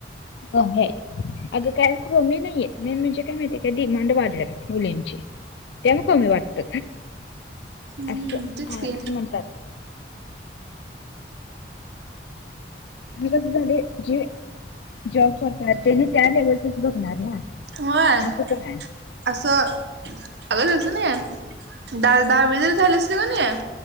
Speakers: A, on the left (about 75°); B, on the right (about 70°).
A: कमी आहे अगं काय कमी नाहीये मेन म्हणजे काय माहितीय का डिमांड वाढलंत. मुलींची तेव कमी वाटत
B: हम्म
A: अस
B: तेच
A: असं
B: की
A: म्हणतात आणि कस झाले जे जॉब करतात तेनी त्या लेवलच बघणार ना
B: वय.
A: असं पण आहे
B: असं अगचलं ना दहा दहावी तरी झाले असल की नाही